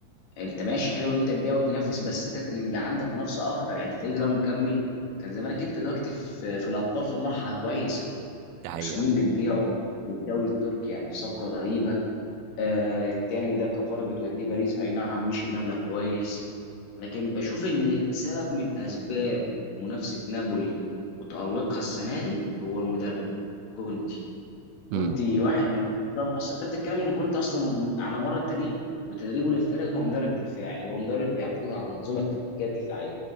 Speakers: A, on the left; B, on the right.
A: انت ماشي حلو ان انت تبيع وتنافس بس انت كان يبقى عندك منافسه اكتر يعني الفريق ده لو مكمل كان زمانك انت دلوقتي في, في الابطال في مرحله كويسه
B: دي حقيقه
A: وسنين
B: بقى
A: بتبيعه للدوري التركي يعني في صفقه غريبه آه التاني ده كفاره بتوديه باريس اي نعم مش بمبلغ كويس لكن بشوف ان سبب من اسباب منافسه نابولي وتالقها السنه دي هو المدرب كونتي كنت
B: امم
A: واحد من اصلا اصل انت بتتكلم ان كنت اصلا م- على مر تاريخه وتدريبه للفرق هو مدرب دفاعي هو مدرب بيعتمد على المنظومه التكتيكيه الدفاعيه